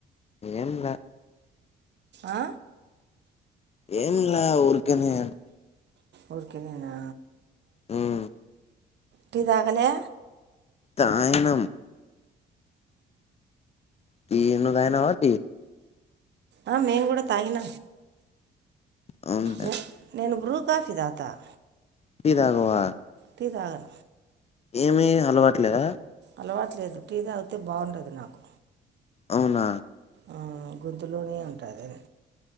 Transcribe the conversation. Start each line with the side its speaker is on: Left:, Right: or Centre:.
Left: ఏంలే
Right: ఆ
Left: ఏంల ఊరుకనే
Right: ఊర్కనేనా
Left: ఉమ్
Right: టీ దాగలా
Left: తాగినం టీ నువ్వు దగినవా టీ
Right: ఆ మేం కూడా తాగిన
Left: అవునులే
Right: న నేను బ్రూ కాఫీ తాగుతావా
Left: టీ తాగవా
Right: టీ తాగర
Left: ఏమి అలవాట్లేద
Right: అలవాట్లేదు టి అగితే బాగుండదు నాకు
Left: అవునా
Right: ఆ గొంతులోనే ఉంటాది